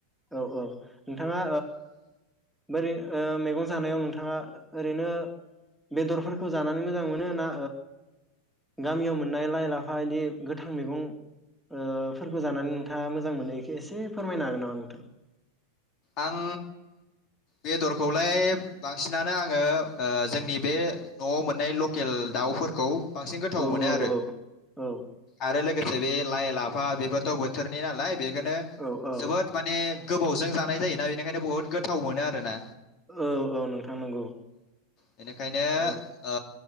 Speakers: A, in the centre; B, on the left.
A: औ औ नोंथाङा बोरै मैगं जानायाव नोंथाङा ओरैनो बेदरफोरखौ खौ जानानै मोजां मोनो ना गामियाव मोननाय लाइ लाफा बिदि गोथां मैगंफोरखौ जानानै नोंथाङा मोजां मोनो बेखौ एसे फोरमायनो हागोन नामा? <unintelligible>
B: आं बेदरखौलाय बांसिनानो आङो जोंनि बे न'आव मोननाय लकेल दाउफोरखौ बांसिन गोथाव
A: औ
B: मोनो
A: औ
B: आरो
A: औ
B: आरो लोगोसे बे लाइ लाफा बेफोरथ' बोथोरनि नालाय बेखौनो
A: औ औ
B: जोबोद माने गोबावजों जानाय जायोना बेनिखायनो बहुत गोथाव मोनो आरो ना
A: औ औ नोंथां नंगौ
B: बेनिखायनो
A: औ
B: ओ